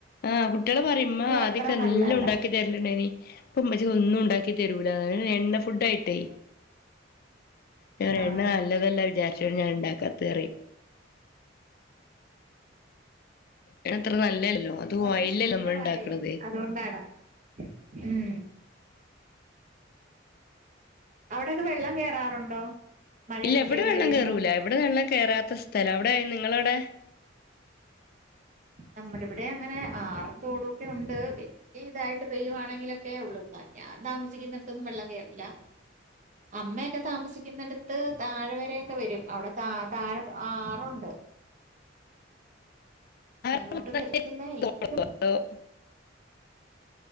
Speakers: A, on the left; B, on the right.
A: ആഹ് കുട്ട്യാള് പറയും
B: ഓയിലും
A: ഇമ്മ
B: അത്ര
A: ആദ്യക്കെ എല്ലും
B: നല്ലതല്ല
A: ഇണ്ടാക്കി തര ല്ണ്ടായിനി ഇപ്പ ഇമ്മച്ചിക്കൊന്നും ഉണ്ടാക്കി തരൂലാന്ന് എ പിന്നെ എണ്ണ ഫുഡായിട്ടേ ഞാ പറിയും
B: ആഹ്
A: എണ്ണ നല്ലതല്ല വിചാരിചിട്ടാണ് ഞാനത് ഇണ്ടാക്കാത്തെ പറയും എണ്ണ അത്ര നല്ലല്ലോ അത്
B: അവർക്ക്
A: ഓയിലല്ലേ
B: ശീലവായേ
A: നമ്മൾ ഉണ്ടാക്കണത്
B: അത് കൊണ്ടാണ് ഉം അവിടക്കെ വെള്ളം കേറാറുണ്ടൊ. മഴയൊക്കെ
A: ഇല്ല ഇവിടെ
B: പെയ്ത്
A: വെള്ളം
B: കഴിയുമ്പം.
A: കേറൂല ഇവിടെ വെള്ളം കേറാത്ത സ്ഥല അവിടെ നിങ്ങളവിടെ.
B: നമ്മുടെ ഇബിടെ അങ്ങനെ ആറു തോടു ഒക്കെ ഉണ്ട്. ഈ ഇതായിട്ട് പെയ്യുവാണെങ്കിലൊക്കെ ഒള്ളു. ഇന്നാലു ഞാൻ താമസിക്കുന്നിടത്തൊന്നും വെള്ളം കേറില്ല. അമ്മയൊക്കെ താമസിക്കുന്നട്ത്ത് താഴെ വരൊക്കെ വെരും. അവിടെ ത താഴെ ആറുണ്ട്. മേലോട്ട്
A: <unintelligible>
B: വരത്തില്ല എങ്കിലും